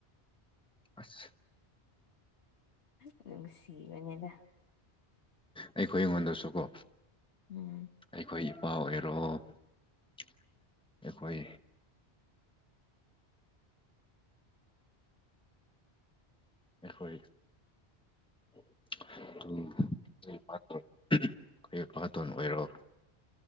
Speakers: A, in the centre; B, on the left (about 80°).
A: ꯑꯁ
B: ꯑꯗꯨꯪ ꯁꯤꯕꯅꯦꯗ
A: ꯑꯩꯈꯣꯏ ꯑꯩꯉꯣꯟꯗꯁꯨꯀꯣ
B: ꯎꯝ
A: ꯑꯩꯈꯣꯏ ꯏꯄꯥ ꯑꯣꯏꯔꯣ ꯑꯩꯈꯣꯏ ꯑꯩꯈꯣꯏ <inaudible> ꯑꯩꯈꯣꯏ ꯐꯥꯇꯣꯟ ꯑꯣꯏꯔꯛꯑꯣ